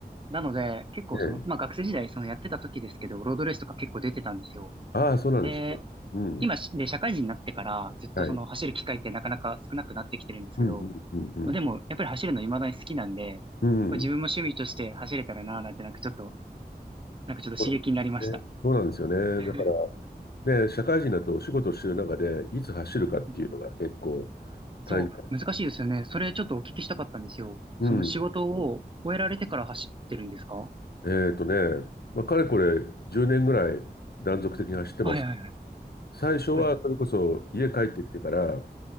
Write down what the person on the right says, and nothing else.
なので、結構その、
まあ学生時代、そのやってた時ですけど、ロードレースとか結構出てたんですよ。
で、
今し、で、社会人になってから、ずっとその走る機会ってなかなか少なくなってきてるんですけど、
まあでも、やっぱり走るの未だに好きなんで、
これ自分も趣味として走れたらなぁなんて、なんかちょっと、なんかちょっと刺激になりました。
<laughs> うん
うん
そう、難しいですよね。それちょっとお聞きしたかったんですよ。
その仕事を終えられてから走ってるんですかは
いはいはい。
はいはい。